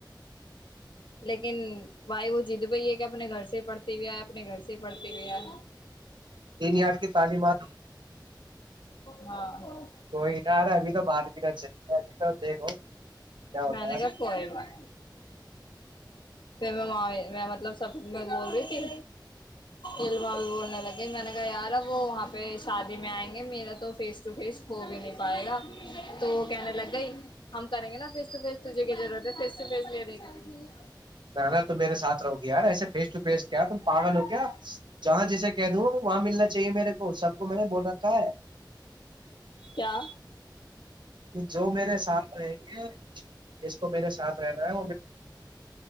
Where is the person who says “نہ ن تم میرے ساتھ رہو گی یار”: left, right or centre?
Right